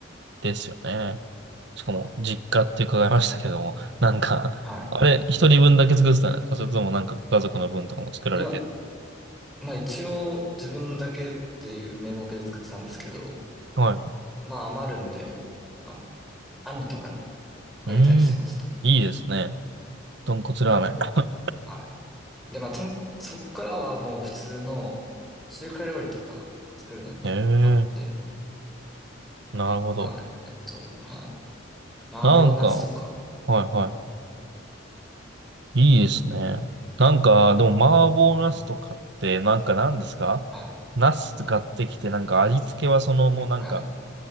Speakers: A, on the right; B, in the centre.
A: ですよね。しかも、
B: あ
A: 実家って伺いましたけども、なんか、
B: は
A: あれ、一人分だけ作ってたんですかそれともなんかご家族の分とかも作られて。
B: い。いや、まあ一応自分だけでいう名目で作ってたんですけど、
A: はい。
B: まあ余るんで、あの、兄とかにあげたりしてました。
A: うーん、いいですね。豚骨ラー
B: はい。で、まあとん、そっからはもう普通の中華料理とか作るのにハマって、
A: メン。<laughs> ええ、なるほど。
B: はい。えっと、はい。麻婆茄子とか、
A: なんか、はいはい。いいですね。
B: はい
A: なんか、でも、麻婆茄子とかって、なんか何ですか茄子買ってきて、
B: はい。
A: なんか味付けはその、もうなんか、
B: はい。